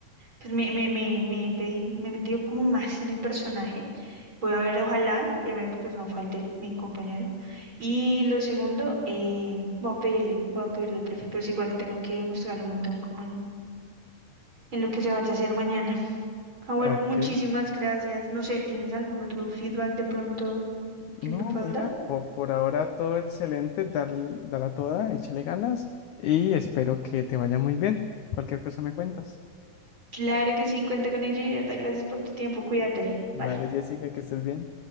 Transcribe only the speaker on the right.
pues me, me, me, me, pedí- me he metido como más en el personaje. Voy a ver, ojalá, primero que pues no falte mi compañero. Y lo segundo, eh, voy a pedirle, voy a pedirle al profe, pero es igual tengo que mostrarle un montón como en, en lo que se vaya a hacer mañana. Howard,
muchísimas gracias. No sé, ¿tienes algún otro feedback de pronto que
me puedas
dar?
Claro que sí, cuenta con ello y de verdad, gracias por tu tiempo. Cuídate. Bye.